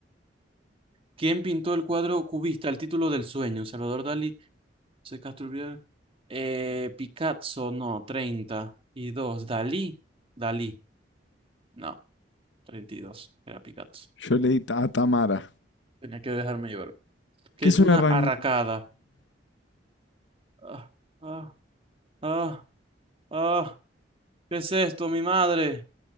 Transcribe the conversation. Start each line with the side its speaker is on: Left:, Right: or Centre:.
Right: ¿Quién pintó el cuadro cubista, El título del sueño? Salvador Dalí, José Castro Urbiaga, eh, Picasso, no, 30 y 2. Dalí, Dalí, no, Treinta y dos. era Picasso.
Left: Yo le di ta- a Tamara.
Right: Tenía que dejarme llevar. ¿Qué
Left: ¿Qué
Right: es
Left: es un
Right: una
Left: arranca?
Right: arracada? Ah, ah, ah, ah. ¿Qué es esto, mi madre?